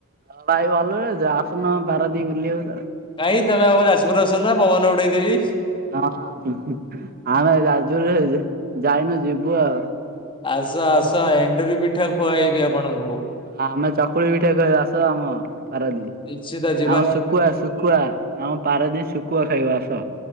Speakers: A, on the right; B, on the left.
A: ହଁ ଭାଇ ଭଲରେ ଆସୁନ ପାରାଦୀପ ବୁଲିବାକୁ ଥରେ।
B: କାଇହିଁ ତମେ ଆମ ଯାଜପୁରରେ ଆସୁନ ପବନ ଉଡେଇଦବି।
A: ହଁ ଆମେ ଯାଜପୁ ଯାଇନୁ ଯିବୁ ଆଉ।
B: ଆସ ଆସ ଏଣ୍ଡୁରି ପିଠା ଖୁଆଇବି ଆପଣଙ୍କୁ।
A: ଆମେ ଚକୁଳି ପିଠା ଖିବା ଆସ ଆମ ପାରାଦିପ।
B: କିଛି ଟାରେ
A: ଆମ ଶୁଖୁଆ ଶୁଖୁଆ ଆମ ପାରଦିପ ଶୁଖୁଆ ଖାଇବ ଆସ।